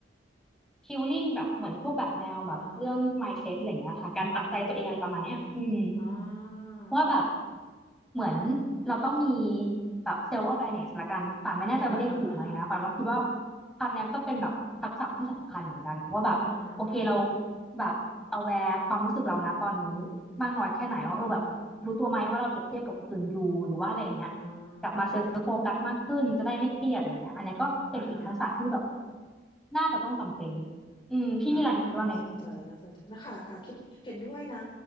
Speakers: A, in the centre; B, on the left.
A: คิวลิ่งแบบเหมือนพวกแบบแนวแบบเรื่อง
B: อ่าฮะ
A: mindset อะไรเงี้ยค่ะการปรับใจตัวเองอะไรประมาณเนี้ยอืม
B: อ่าฮะอ่า
A: ว่าแบบเหมือนเราต้องมีแบบเซลล์ awareness ละกันป่านไม่แน่ใจว่าเลขถูกไหมนะป่านว่าคิดว่า
B: อ่าฮะอ่าฮะ
A: ภาพเนี้ยก็เป็นแบบทักษะที่สำคัญเหมือนกันอะว่าแบบโอเคเรา
B: อ่าฮะอ่าฮะ
A: แบบ aware ความรู้สึกเรานะตอนนี้มากน้อยแค่ไหนว่าเออแบบรู้ตัวไหมว่าเราเปรียบเทียบกับคนอื่นอยู่หรือว่าอะไรอย่างเงี้ย
B: อืมอืมอืมอ่
A: กลับมาเซลฟ์โฟกัสมากขึ้นจะได้ไม่เครียดอะไรเงี้ยอันนี้ก็เป็นอีกทักษะที่แบบ
B: าอ่าฮะ
A: น่าจะต้องจำเป็นอืมพี่มิลันคิดว่าไง
B: อ่าน่าสนใจน่าสนใจนะคะค่ะคิดเห็นด้วยนะ